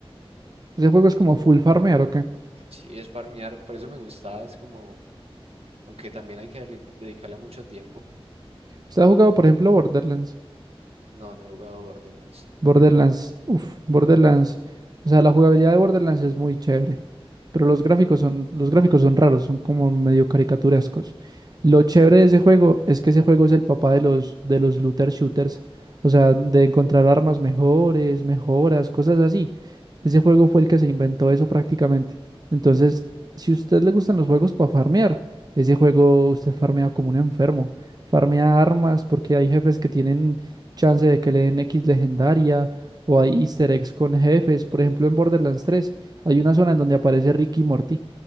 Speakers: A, on the right (about 40°); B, on the right (about 75°).
A: Ese juego es como full farmear, ¿o qué?
B: Sí, es farmear, por eso me gustaba, es como, aunque también hay que dele- dedicarle mucho tiempo.
A: ¿Usted ha jugado, por ejemplo, Borderlands?
B: No, no he jugado Borderlands.
A: Borderlands,
B: ¿De qué trata?
A: uff, Borderlands, o sea, la jugabilidad de Borderlands es muy chévere, pero los gráficos son, los gráficos son raros, son como medio caricaturescos. Lo chévere de ese juego es que ese juego es el papá de los, de los looter shooters, o sea, de encontrar armas mejores, mejoras, cosas así. Ese juego fue el que se inventó eso prácticamente. Entonces, si a usted le gustan los juegos para farmear, ese juego usted farmea como un enfermo, farmea armas porque hay jefes que tienen chance de que le den X legendaria o hay easter eggs con jefes. Por ejemplo, en Borderlands 3 hay una zona en donde aparece Ricky y Morty